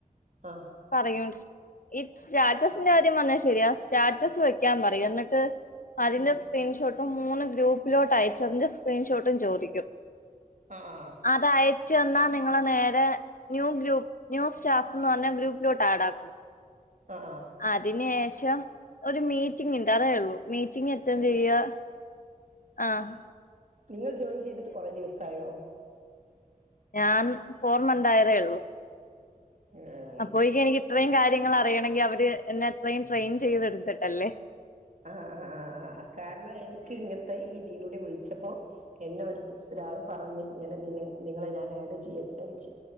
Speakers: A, on the right (about 60°); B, on the left (about 70°).
A: ആഹ്
B: പറയും ഈ സ്റ്റാറ്റസിന്റെ കാര്യം പറഞ്ഞത് ശെരിയാ സ്റ്റാറ്റസ് വെക്കാൻ പറയും എന്നിട്ട് അതിന്റെ
A: ഉം
B: സ്ക്രീൻഷോട്ടും മൂന്ന് ഗ്രൂപ്പിലോട്ട് അയച്ചതിന്റെ സ്ക്രീൻഷോട്ടും ചോദിക്കും
A: ആഹ് ആഹ്
B: അതയച്ചു തന്നാ നിങ്ങളെ നേരെ ന്യൂ ഗ്രൂപ്പ് ന്യൂസ് ഷാപ്പ്ന്ന് പറഞ്ഞ ഗ്രൂപ്പിലോട്ട് ആഡാക്കും
A: ആഹ് ആഹ്
B: അതിന് ശേഷം ഒരു മീറ്റിംഗ് ഇണ്ട് അതേള്ളൂ മീറ്റിംഗ് അറ്റൻഡ്
A: ആഹ്
B: ചെയ്യാ ആഹ്
A: നിങ്ങൾ ജോയിൻ ചെയ്തിട്ട് കുറെ ദിവസായോ?
B: ഞാൻ ഫോർ മന്തായതേ ഒള്ളു
A: ഏഹ്
B: അപ്പോയെക്ക് എനിക്ക് ഇത്രയും കാര്യങ്ങൾ അറിയണെങ്കിൽ അവര് എന്നെ അത്രയും ട്രെയിൻ ചെയ്തെടുത്തിട്ടല്ലേ
A: ആഹ് ആഹ് ആഹ് ആഹ് കാരണം എനിക്ക് ഇങ്ങൻത്തെ ഈ ഇതിലൂടെ വിളിച്ചപ്പോ എന്നെ ഒര് ഒരാള് പറഞ്ഞ് ഇങ്ങനെ നി നിങ്ങളെ ഞാൻ ആഡ് ചെയ്യട്ടെ ഓയ്ച്ച്